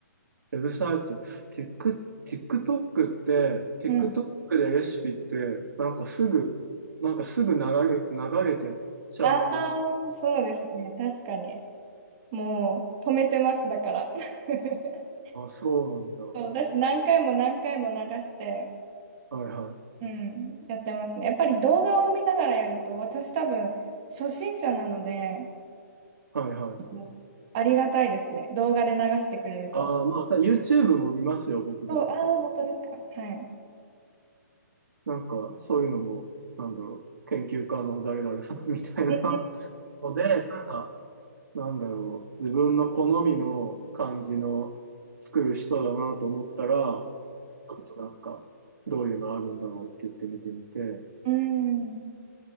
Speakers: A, on the right (about 70°); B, on the right (about 20°).
A: ウェブサイト、テック、TikTok って、TikTok
B: うん。
A: でレシピって、なんかすぐ、なんかすぐ流れ、流れてっちゃう。
B: ああ、そうですね。確かに。もう止めてます、だから。<laughs>
A: あ、そうなんだ。は
B: そう、私何回も何回も流して、
A: いはい。
B: うん、やってますね。やっぱり動画を見ながらやると、私多分初心者なので、
A: はいはい。
B: うんありがたいですね。動画で流してくれると。
A: ああ、まあ、た YouTube も見ますよ、僕でも。
B: そう、ああ、本当ですか。はい。
A: なんか、そういうのも、なんだろう、研究家の誰々さんみたいな
B: うん、
A: <laughs> ので、なんか、なんだろう、自分の好みの感じの作る人だなと思ったら、ちょっとなんか、どういうのあるんだろうって言って見てみて、っ
B: うん、うん